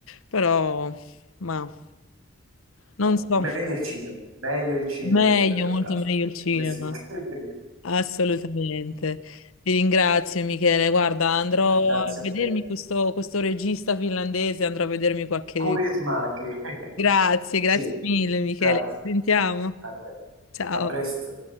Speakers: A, on the left (about 85°); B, on the right (about 85°).
A: Però, ma non
B: Eh,
A: so,
B: Meglio il cinema, meglio il cinema
A: meglio,
B: della realtà,
A: molto meglio
B: soprattutto
A: il cinema.
B: in questi ultimi <laughs> periodi.
A: Assolutamente. Ti ringrazio Michele. Guarda, andrò
B: Ma grazie
A: a
B: a
A: vedermi
B: te.
A: questo, questo regista finlandese, andrò a vedermi qualche...
B: Curi e smacchi. <laughs>
A: Grazie, grazie
B: Sì,
A: mille Michele.
B: grazie
A: Ci sentiamo.
B: a te.
A: Ciao.
B: A presto.